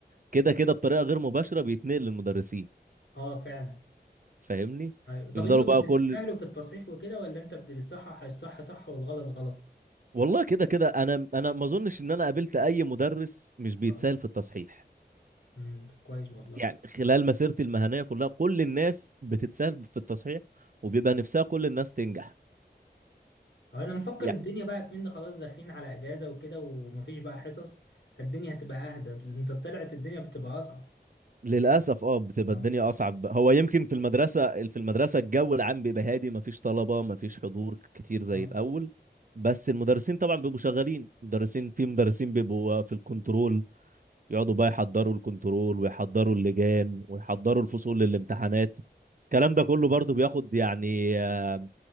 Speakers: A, on the right (about 50°); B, on the left (about 85°).
A: كده كده بطريقة غير مباشرة بيتنقل للمدرسين
B: اه فعلا
A: فاهمني
B: أيوة. طب
A: يفضلوا
B: انتوا
A: بقى
B: بت- بتسهلوا
A: كل
B: في التصحيح وكده ولا انت بت- بتصحح الصح صح والغلط غلط
A: والله كده كده انا انا ما اظنش ان انا قابلت اي مدرس مش بيتسال
B: اه
A: في التصحيح
B: امم طب كويس والله
A: يعني خلال مسيرتي المهنيه كلها كل الناس بتتسال في التصحيح وبيبقى نفسها كل الناس تنجح
B: اه انا مفكر
A: يعني
B: الدنيا بقى كمان خلاص داخلين على اجازة وكده ومفيش بقى حصص فالدنيا هتبقى اهدى انت طلعت الدنيا بتبقى اصعب
A: للاسف اه بتبقى
B: اه
A: الدنيا اصعب هو يمكن في المدرسه في المدرسه الجو العام بيبقى هادي ما فيش طلبه ما فيش حضور كتير زي
B: اه
A: الاول بس المدرسين طبعا بيبقوا شغالين مدرسين في مدرسين بيبقوا في الكنترول يقعدوا بقى يحضروا الكنترول ويحضروا اللجان ويحضروا الفصول للامتحانات الكلام ده كله برضو بياخد يعني آه،